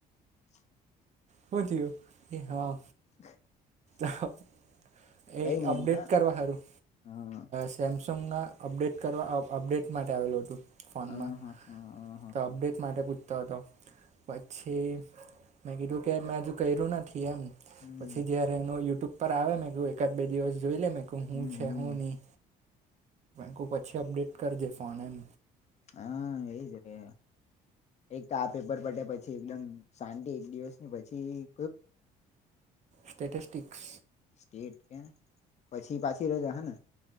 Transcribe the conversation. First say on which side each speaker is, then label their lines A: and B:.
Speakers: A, on the left; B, on the right.
A: <inaudible>
B: શુ થયું હા
A: <inaudible>
B: આહ એ
A: કઈ નઈ
B: અપડેટ
A: એમ તો
B: કરવા ખારું
A: હા
B: સે <inaudible> સમના અપડેટ કરવા અપડેટ માટે આવેલું હતું ફોનમાં
A: હા હા હા હા
B: તો
A: હા
B: અપડેટ માટે પૂ તતો પછી મે કીધું કે મેં હજુ કર્યું નથી એમ
A: હમ
B: પછી ઘેરે એનો યુટ્યુબ પર આવે મેં કું એકાદ બે દિવસ જોઈ લે મે કહું
A: હમ
B: છેહ
A: હમ
B: હું ની કુ પછી અપડેટ કરજે ફોન એમ
A: હાઆ એ જ રે એક આ પેપર પટે પછી એકદમ શાંટિ એક દિવસની પછીઈઈઈ
B: સ્ટેથેસ્ટિક્સ
A: સ્ટેટ કે પછી પાછી રજા હે ને